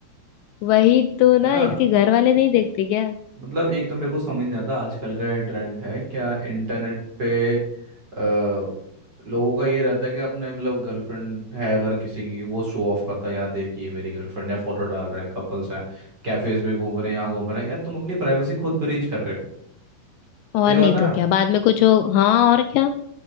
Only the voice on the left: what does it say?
वही तो ना
इसके घर वाले नहीं देखते क्या
और
नहीं
तो क्या बाद में कुछ हो हाँ और क्या